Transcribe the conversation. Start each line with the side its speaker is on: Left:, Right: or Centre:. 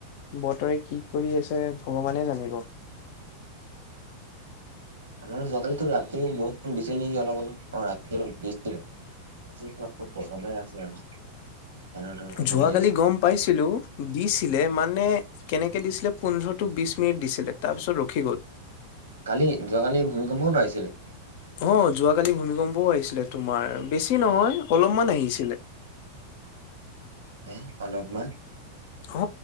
Left: বতৰে কি কৰি আছে ভগৱানে জানিব
Right: আমাৰ যোৱাকালি টো ৰাতিয়ে বৰষুণ দিছে নেকি অলপ অলপ অ ৰাতি অলপ জি ক সময় আছ আৰু ফেনৰ তলতে
Left: যোৱাকালি
Right: বহি আছো
Left: গম পাইছিলো দিছিলে মানে কেনেকে দিছিলে পোন্ধৰ টো বিশ মিনিট দিছিলে তাৰপিছত ৰখি গ'ল
Right: কালি যোৱাকালি ভূমিকম্প আহিছিলে
Left: অ যোৱাকালি ভূমিকম্পও আহিছিলে তোমাৰ বেছি নহয় অলপমান আহিছিলে
Right: হ অলপমান
Left: অ